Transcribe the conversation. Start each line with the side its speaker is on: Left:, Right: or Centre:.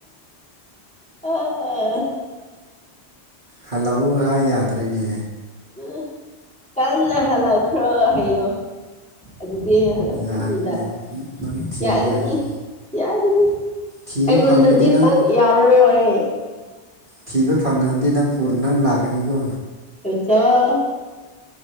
Centre: ꯑ ꯑꯥ ꯑ
Right: ꯍꯜꯂꯧ ꯍꯥꯏ ꯌꯥꯗ꯭ꯔꯦꯅꯦ꯫
Centre: ꯎꯪ ꯇꯥꯝꯅ ꯍꯂꯈꯔꯣ ꯍꯥꯏꯌꯣ ꯑꯗꯨꯗꯤ ꯑꯩ ꯍꯜꯂꯛꯈꯤꯅꯤꯗ
Right: ꯌꯥꯗꯦꯅꯦ ꯅꯪ ꯊꯤꯒꯦ
Centre: ꯌꯥꯒꯅꯤ꯫
Right: ꯍꯥꯏ
Centre: ꯌꯥꯖꯅꯤ
Right: ꯊꯤꯕ
Centre: ꯑꯩꯉꯣꯟꯗꯗꯤ
Right: ꯐꯪꯉꯗꯤ ꯅꯪ
Centre: ꯄꯥꯛ ꯌꯥꯎꯔꯣꯏꯕ ꯑꯩ
Right: ꯊꯤꯕ ꯐꯪꯉꯗꯤ ꯅꯪ ꯄꯨꯔ ꯅꯪ ꯂꯥꯀꯅꯤꯀꯣ꯫
Centre: ꯌꯨꯆꯥ <inaudible>